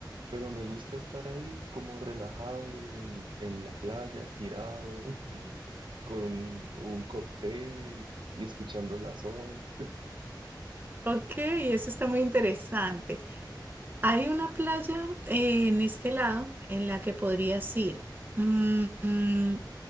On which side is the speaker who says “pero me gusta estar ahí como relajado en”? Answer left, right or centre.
Right